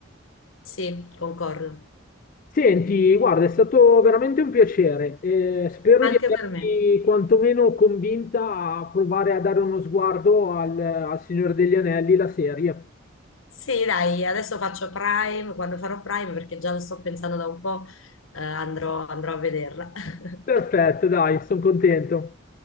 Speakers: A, on the left; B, on the left.
A: Sì, concordo.
B: Senti, guarda, è stato veramente un piacere. Eh, spero
A: Anche
B: di averti
A: per me.
B: quantomeno convinta a provare a dare uno sguardo al, al Signore degli Anelli, la serie.
A: Sì, dai, adesso faccio Prime, quando farò Prime, perché già lo sto pensando da un po', eh, andrò andrò a vederla. <laughs>
B: Perfetto, dai, sono contento.